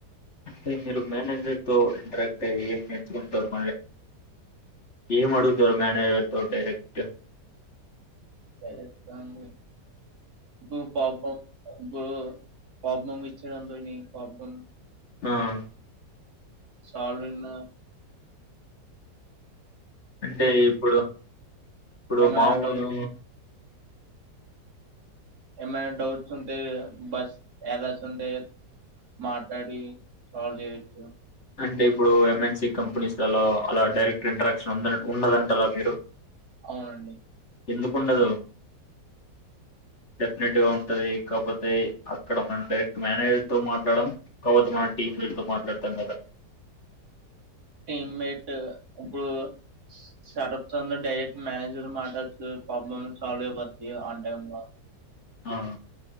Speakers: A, on the left; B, on the right.
A: అంటే మీరు మేనేజర్ తో ఇంటరాక్ట్ అయి ఏం నేర్చుకుంటారు మరి ఏమడుగుతారు మెనేజర్ తొ డైరక్ట్
B: డైరెక్టా అండి ఇపుడు ప్రాబ్లం పబు ప్రాబ్లం ఇచ్చిదం తోని ప్రాబ్లం
A: ఆహ్
B: సాల్వైనా
A: అంటే ఇప్పుడు ఇప్పుడు
B: ఏమైనా
A: మామూలు
B: డౌట్ ఎమైన డౌట్స్ ఉంటే బస్ ఎర్రర్స్ ఉంటే మాట్టాడి సాల్వ్ చేయొచ్చు
A: అంటే ఇప్పుడు ఎంఎన్ సి కంపెనీస్ ల్లలో అలా డైరెక్ట్ ఇంటరాక్షన్ ఉండద ఉన్నదంటారా మీరు
B: అవునండి
A: ఎందుకుండదు డెఫినెట్గా ఉంటది కాకపోతే అక్కడ మన డైరెక్ట్ మేనేజర్ తో మాట్లాడడం కాకపోతే మన టీం లీడ్తో మాట్లాడుతం కదా
B: టీమ్మేట్ ఇప్పుడు స్టార్టప్స్ంద డైరెక్ట్ మేనేజర్ మాట్లాడోచ్చు ప్రాబ్లమ్ సాల్వ్ అయిపోద్ది ఆన్ టైం లో
A: ఆ